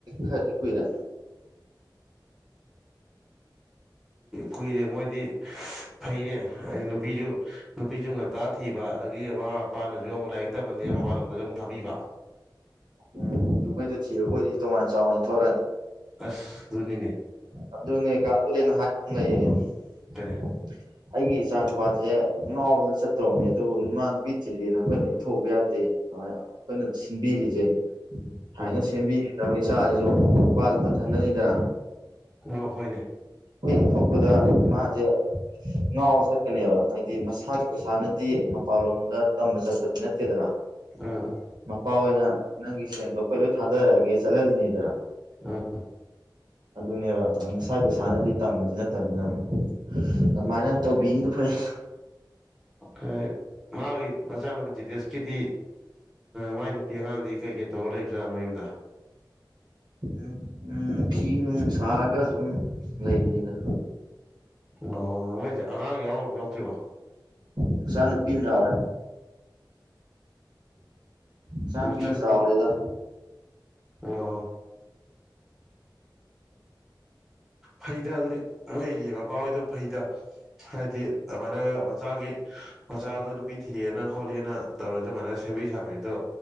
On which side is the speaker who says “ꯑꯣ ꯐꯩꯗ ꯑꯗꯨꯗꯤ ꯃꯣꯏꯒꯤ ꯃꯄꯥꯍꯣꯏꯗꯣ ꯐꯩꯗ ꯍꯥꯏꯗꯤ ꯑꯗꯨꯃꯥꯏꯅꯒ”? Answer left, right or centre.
Centre